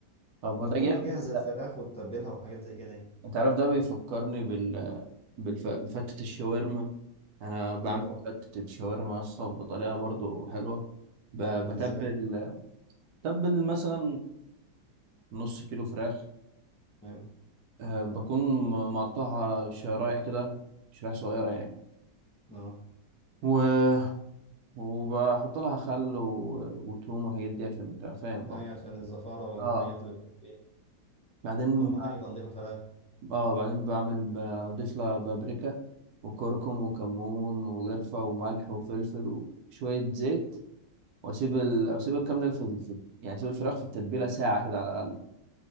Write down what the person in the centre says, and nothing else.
وتكون
مجهز الفراخ وتتبلها وحاجات زي كده يعني
ايوه والله
دي ازاي
حلو
اه
ايوه عشان الزفارة والحاجات
اللي بتكون فيها
اهم حاجة تنظيف الفراخ